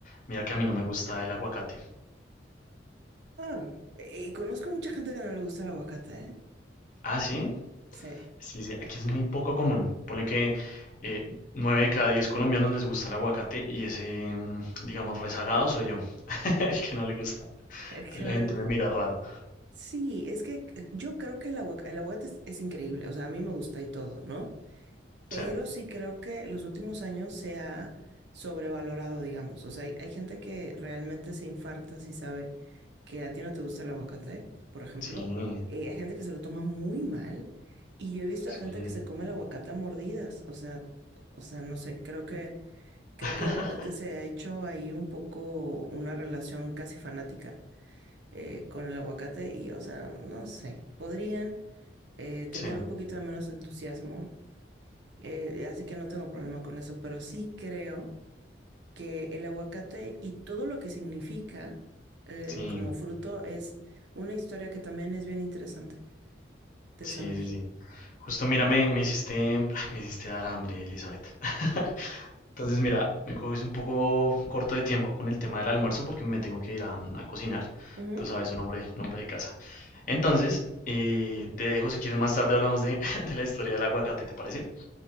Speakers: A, on the left; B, on the right.
A: mira que a mí no me gusta el aguacate.
B: Ah, y conozco mucha gente que no le gusta el aguacate, ¿eh?
A: Ah, sí.
B: Sí. <laughs>
A: Sí, sí, aquí es muy poco común. Pone que eh, 9 de cada 10 colombianos les gusta el aguacate y ese, mm, digamos, rezagado soy yo, <laughs> el que no le gusta.
B: Es
A: Entonces
B: que
A: la
B: no-
A: gente me mira raro.
B: Sí, es que yo creo que el aguac- el aguacate es, es increíble, o sea, a mí me gusta y todo, ¿no? Pero
A: Sí,
B: sí creo que los últimos años se ha sobrevalorado, digamos, o sea, hay, hay gente que realmente se infarta si sabe que a ti no te gusta el aguacate, por ejemplo,
A: sí,
B: Eh, hay gente que se lo toma muy mal y yo he visto
A: sí.
B: a gente que se come el aguacate a mordidas, o sea, o sea, no sé, creo que, creo
A: <laughs>
B: que de repente se ha hecho ahí un poco una relación casi fanática eh, con el aguacate y, o sea, no sé, podrían eh, tener
A: Sí,
B: un poquito de menos entusiasmo, eh, así que no tengo problema con eso, pero sí creo que el aguacate y todo lo que significa eh,
A: sí,
B: como fruto es una historia que también es bien interesante de
A: sí,
B: saber.
A: sí, sí. Justo mira, me, me hiciste, ay, me hiciste dar hambre, Elizabeth. <laughs> Entonces, mira, me coges un poco corto de tiempo con el tema del almuerzo porque me tengo que ir a, mm, a cocinar.
B: Ujú.
A: Tú sabes, un hombre, un hombre de casa. Entonces, eh, te dejo si quieres más tarde hablamos de, <laughs> de la historia del aguacate, ¿te parece?